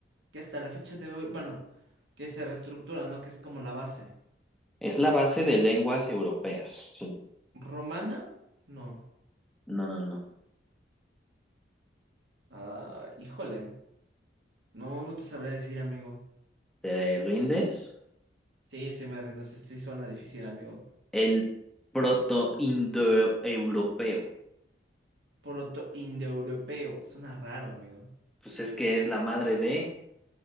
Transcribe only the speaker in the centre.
Es la base de lenguas europeas. Sí.
No, no, no.
¿Te rindes?
El proto-indoeuropeo.
Pues es que es la madre de...